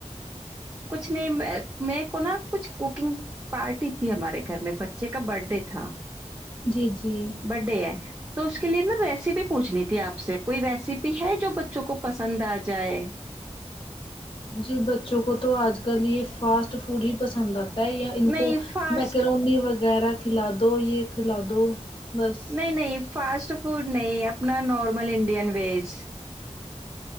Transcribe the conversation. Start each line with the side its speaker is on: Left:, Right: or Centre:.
Right: کچھ نہیں میں کو نا کچھ کوکنگ پارٹی تھی ہمارے گھر میں بچے کا برتھڈے تھا
Left: جی جی
Right: برتھڈے ہیں تو اس کے لیے نا ریسیپی پوچھنی تھی آپ سے کوئی ریسیپی ہے جو بچوں کو پسند آ جائے
Left: جی بچوں کو تو آج کل یہ فاسٹ فوڈ ہی پسند آتا ہے ان
Right: نہیں
Left: کو
Right: فاسٹ
Left: میکرونی وغیرہ کھیلا دو یہ کھیلا دو بس
Right: نہیں نہیں فاسٹ فوڈ نہیں اپنا نارمل انڈین ویج